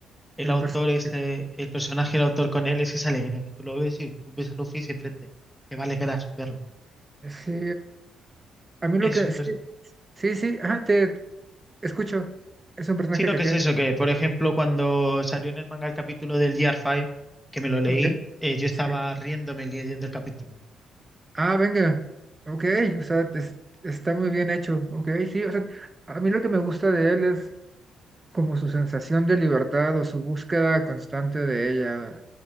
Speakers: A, in the centre; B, on the right.
A: el
B: El
A: autor,
B: personaje.
A: este, el personaje, el autor con él, es esa alegría que tú lo ves y tú ves a Luffy y siempre te, te va a alegrar verlo.
B: Sí, a mí lo
A: Es
B: que.
A: un
B: Sí,
A: pers-
B: sí, sí, ajá, te escucho. Es un personaje
A: Sino
B: que
A: que
B: queda.
A: es eso, que por ejemplo, cuando salió en el manga el capítulo del Year 5, que me lo leí,
B: Ok.
A: eh, yo estaba
B: Sí.
A: riéndome leyendo el capítulo.
B: Ah, venga. Ok, o sea, es- está muy bien hecho. Ok, sí, o sea, a mí lo que me gusta de él es como su sensación de libertad o su búsqueda constante de ella,